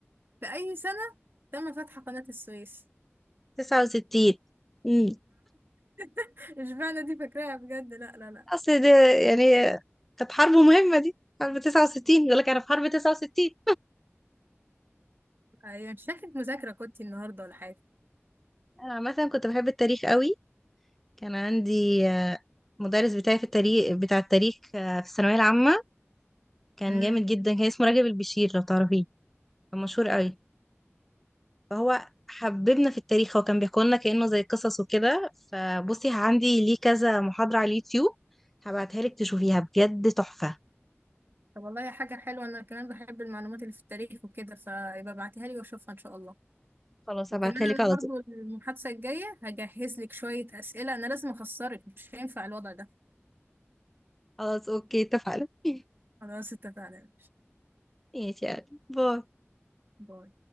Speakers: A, on the right; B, in the centre.
A: في اي سنة تم فتح قناة السويس
B: 69 امم
A: <laughs> اشمعنى دي فاكراها بجد لا لا لا
B: اصل ده يعني كانت حرب مهمة دي حرب 69 يقول لك انا في حرب 69
A: ايوه شكلك مذاكرة كنتي النهاردة ولا حاجة
B: انا عامة كنت بحب التاريخ قوي كان عندي آه، مدرس بتاعي في التاريخ بتاع التاريخ آه، في الثانوية العامة كان
A: امم
B: جامد جدا كان اسمه راجب البشير لو تعرفيه مشهور قوي فهو حببنا في التاريخ هو كان بيحكي لنا كأنه زي قصص وكده فبصي عندي ليه كذا محاضرة على اليوتيوب هبعتها لك تشوفيها بجد تحفة
A: طب والله حاجة حلوة أنا كمان بحب المعلومات اللي في التاريخ وكده فيبقى ابعتيها لي وأشوفها إن شاء الله
B: خلاص
A: وكمان
B: هبعتها لك
A: أنا
B: على طول
A: برضو المحادثة الجاية هجهز لك شوية أسئلة أنا لازم أخسرك مش هينفع الوضع ده
B: خلاص اوكي اتفقنا <laughs>
A: خلاص اتفقنا
B: ماشي يعني باي
A: باي